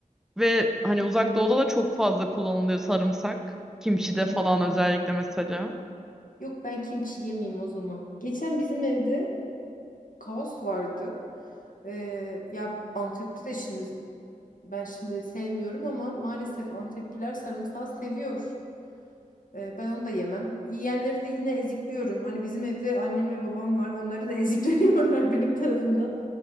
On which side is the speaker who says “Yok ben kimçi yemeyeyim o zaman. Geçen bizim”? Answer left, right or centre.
Left